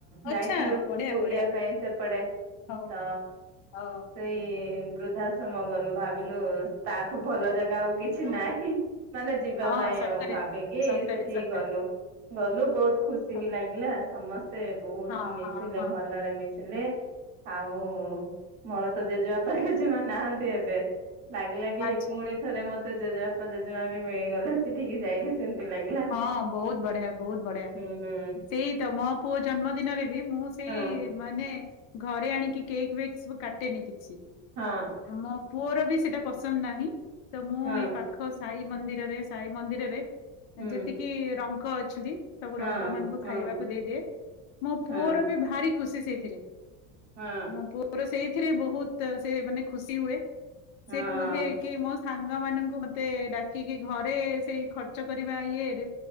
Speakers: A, on the left; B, on the right.
A: ଆଚ୍ଛା
B: ଯାଇଥିଲୁ
A: ବଢିଆ
B: ବୁଲିବା
A: ବଢିଆ
B: ପାଇଁ ସେପଟେ।
A: ହଉ
B: ତ
A: ଅ
B: ସେଇ ବୃଦ୍ଧା ଛ ମଗଲୁ ଭାବିଲୁ ତାଠୁ ଭଲ ଜାଗା ଆଉ କିଛି ନାହିଁ। ମାନେ ଯିବା
A: ହଁ
B: ପାଇଁ
A: ସତରେ।
B: ଆଉ ଭାବିକି
A: ସତରେ
B: ସେଠିକି
A: ସତରେ
B: ଗଲୁ। ଗଲୁ ବହୁତ ଖୁସି
A: ହଁ
B: ବି ଲାଗିଲା ସମସ୍ତେ ବହୁତ୍
A: ହଁ
B: ମିଶିଲେ
A: ହଁ
B: ଭଲରେ ମିଶ ଶିଲେ ଆଉ ମୋର ତ ଜେଜେବାପା, ଜେଜେମା ନାହାନ୍ତି ଏବେ। ଲାଗିଲା କି
A: ଆଚ୍ଛା।
B: ପୁଣି ଥରେ ମତେ ଜେଜେବାପା ଜେଜେମା ବି ମିଳିଗଲେ ସେଠିକି ଯାଇକି ସେମିତି ଲାଗିଲା।
A: ହଁ, ବହୁତ ବଢିଆ, ବହୁତ ବଢ଼ିଆ।
B: ହୁଁ।
A: ସେଇ ତ ମୋ ପୁଅ ଜନ୍ମଦିନରେ ବି ମୁଁ ସେଇ
B: ହଁ
A: ମାନେ ଘରେ ଆଣିକି କେକ୍ ବେକ୍ସବୁ କାଟେନି କିଛି।
B: ହଁ।
A: ଆ ମୋ ପୁଅର ବି ସେଟା ପସନ୍ଦ ନାହିଁ ତ ମୁଁ
B: ହଁ
A: ଏ ପା ଖ ସାଇ ମନ୍ଦିରରେ ସାଇ ମନ୍ଦିରରେ
B: ହୁଁ
A: ଯେତିକି ରଙ୍କ ଅଛନ୍ତି। ସବୁ
B: ହଁ
A: ରଙ୍କ ମାନଙ୍କୁ
B: ହଁ
A: ଖାଇବାକୁ ଦେଇଦିଏ, ମୋ
B: ହଁ
A: ପୁଅର ବି ଭାରି ଖୁସି ସେଇଥିରେ।
B: ହଁ
A: ମୋ ପୁଅର ସେଇଥିରେ ବହୁତ୍ ସେ ମାନେ ଖୁସି ହୁଏ।
B: ହଁ।
A: ସେ କୁହେ କି ମୋ ସାଙ୍ଗ ମାନଙ୍କୁ ମତେ ଡାକିକି ଘରେ ସେଇ ଖର୍ଚ୍ଚ କରିବା ଇଏରେ